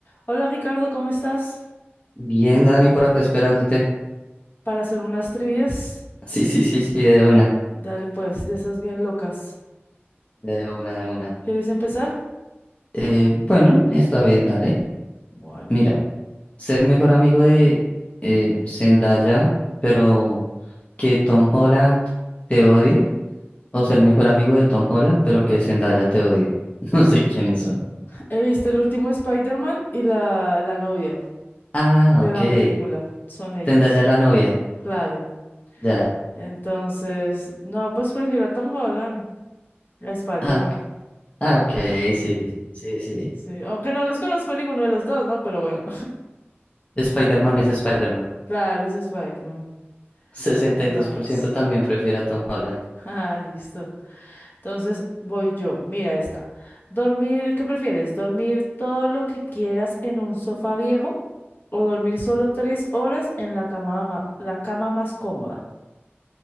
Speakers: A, on the left; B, on the left.
A: Hola Ricardo, ¿cómo estás?
B: Bien, Dani, por acá esperándote.
A: Para hacer unas trivias,
B: Sí, sí, sí, sí, de una,
A: dale pues, de esas bien locas.
B: de una, de una.
A: ¿Quieres empezar?
B: Eh, bueno, está bien, dale.
A: Bueno,
B: Mira, ser mejor amigo de eh, Zendaya, pero que Tom Holland te odie, o ser mejor amigo de Tom Holland, pero que Zendaya te odie. <laughs> No sé quiénes son.
A: he visto el último Spider-Man y la, la novia
B: Ah,
A: de
B: ok.
A: la película. Son ellos,
B: Zendaya es la novia,
A: claro.
B: ya.
A: Entonces, no, pues prefiero a Tom Holland, a Spider-Man.
B: Ah, ok, ah, ok, sí, sí, sí.
A: Sí, aunque no los conozco ninguno de los dos, ¿no? Pero bueno,
B: Spider-Man es Spider-Man.
A: <laughs> claro, es Spider-Man.
B: <laughs> sesenta
A: Ahí
B: y dos
A: vamos.
B: por ciento también prefiere a Tom Holland.
A: <laughs> Ah, listo. Entonces voy yo. Mira esta. Dormir, ¿qué prefieres? ¿Dormir todo lo que quieras en un sofá viejo o dormir solo tres horas en la cama, ma- la cama más cómoda?